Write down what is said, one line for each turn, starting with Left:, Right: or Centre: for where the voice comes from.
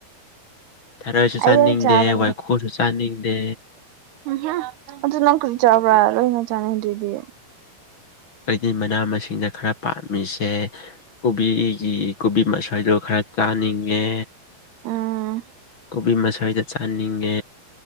Left: ꯊꯔꯣꯏꯁꯨ
Right: ꯑꯩ
Left: ꯆꯥꯅꯤꯡꯗꯦ
Right: ꯌꯥꯝ ꯆꯥꯕꯅꯦ
Left: ꯋꯥꯏꯈꯨꯁꯨ ꯆꯥꯅꯤꯡꯗꯦ
Right: ꯎꯝ ꯑꯗꯨ ꯅꯪ ꯀꯗꯤ ꯆꯥꯕ꯭ꯔꯥ ꯂꯣꯏꯅ ꯆꯥꯅꯤꯡꯗꯔ꯭ꯤꯗꯤ꯫
Left: ꯑꯩꯗꯤ ꯃꯅꯥ ꯃꯁꯤꯡꯗ ꯈꯔ ꯄꯥꯝꯃꯤꯁꯦ ꯀꯣꯕꯤꯒꯤ ꯀꯣꯕꯤ ꯃꯥꯁꯣꯏꯗꯣ ꯈꯔ ꯆꯥꯅꯤꯡꯉꯦ
Right: ꯎꯝ
Left: ꯀꯣꯕꯤ ꯃꯁꯣꯏꯗꯣ ꯆꯥꯅꯤꯡꯉꯦ